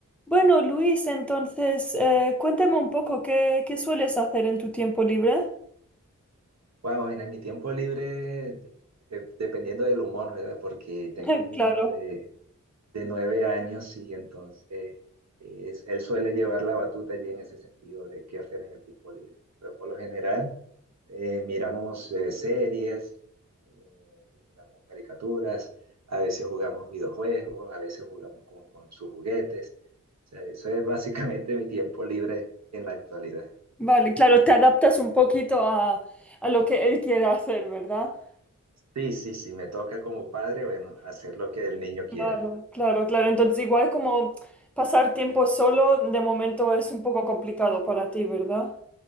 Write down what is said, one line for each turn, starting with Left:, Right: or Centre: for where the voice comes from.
Centre: Bueno, Luis, entonces, eh, cuéntame un poco qué, qué sueles hacer en tu tiempo libre.
Right: Wow, en mi tiempo libre, eh, dependiendo del humor, ¿verdad? Porque tengo
Centre: <laughs>
Right: un
Centre: Claro,
Right: niño de, de nueve años y entonces eh, es- él suele llevar la batuta allí en ese sentido de qué hacer en el tiempo libre. Pero por lo general eh, miramos eh, series, eh, miramos caricaturas, a veces jugamos videojuegos, a veces jugamos con, con sus juguetes. O sea, eso es básicamente mi tiempo libre en la actualidad.
Centre: vale, claro, te adaptas un poquito a, a lo que él quiere hacer, ¿verdad?
Right: Sí, sí, sí, me toca como padre, bueno, hacer lo que el niño quiera.
Centre: Claro, claro, claro. Entonces, igual como pasar tiempo solo, de momento es un poco complicado para ti, ¿verdad?